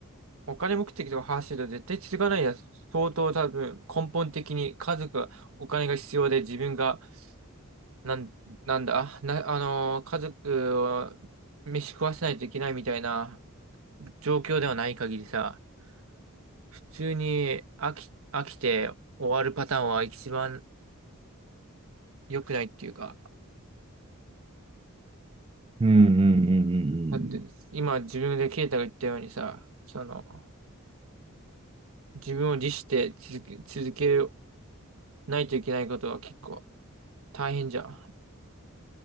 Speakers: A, on the right; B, on the right.
A: お金目的とか走ると絶対続かないやつ。相当多分根本的に家族はお金が必要で自分がなん、なんだ、な、あのー家族を飯食わせないといけないみたいな状況ではない限りさ、普通に飽き、飽きて終わるパターンは一番良くないっていうか、
B: う。うんうんうん
A: だって今自分でケイタが言ったようにさ、その、自分を律して続け、続けないといけないことは結構大変じゃん。